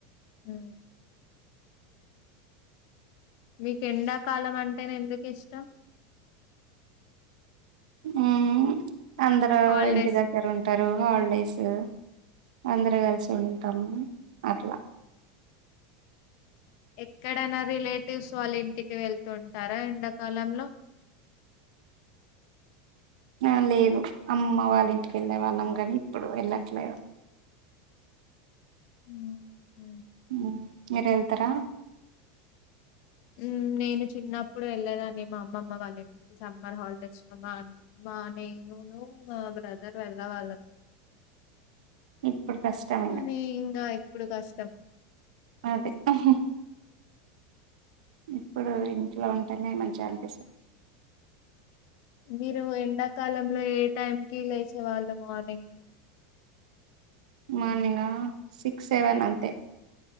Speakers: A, on the left; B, on the right.
A: ఊ మీకు ఎండాకాలం అంటెనే ఎందుకు ఇష్టం.
B: ఆ ఉ అందరు
A: హాలిడేస్
B: ఇంటి దగ్గర ఉంటారు. హాలిడేసు అందరూ కల్సిఉంటామ్ అట్లా
A: ఎక్కడైనా రిలేటివ్స్ వాళ్ళ ఇంటికి వెళ్తుంటారా ఎండాకాలమ్లో.
B: ఆ లేదు అమ్మమ్మ వాళ్ళ ఇంటికెళ్ళే వాళ్ళమ్ గాని, ఇప్పుడు వెళ్ళట్లేదు.
A: హుమ్ ఉమ్
B: ఉమ్ మీరెల్తరా?
A: ఉమ్ నేను చిన్నప్పుడు వెళ్ళేదాన్ని. మా అమ్మమ్మ వాళ్ళ ఇంటి సమ్మర్ హాలిడేస్లో మా అమ్మ నేనును మా బ్రదర్ వెళ్లే వాళ్ళమ్.
B: ఇప్పుడు కష్టం ఇంగ
A: కానీ ఇంకా ఎప్పుడు కాస్త్ తప్
B: అదే ఆహ్హ్ ఇప్పుడు ఇంట్లో ఉంటేనే మంచిగానిపిస్తుంది.
A: మీరు ఎండాకాలంలో ఏ టైమ్కిి లేసే వాళ్ళు మార్నింగ్.
B: మార్నింగ్ గా సిక్స్, సెవెన్ అంతే